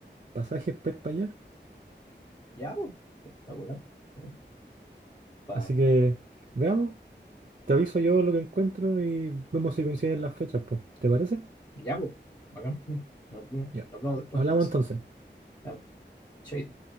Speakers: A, on the right; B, on the left.
A: pasajes para ir para allá?
B: ya, pues, espectacular. Sí, pa-
A: Así que,
B: eh,
A: veamos. Te aviso yo lo que encuentro y vemos si coinciden las fechas, pues. ¿Te parece?
B: ya, pues, bacán. Mm, Nos vemos,
A: Ya.
B: nos vemos después
A: Hablamos
B: entonces.
A: entonces.
B: Ya, po, chaito.